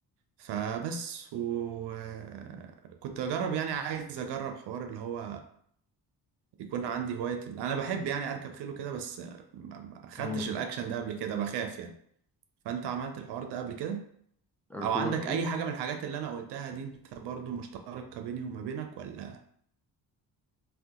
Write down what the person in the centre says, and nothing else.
أمم.
ركوب
الخيل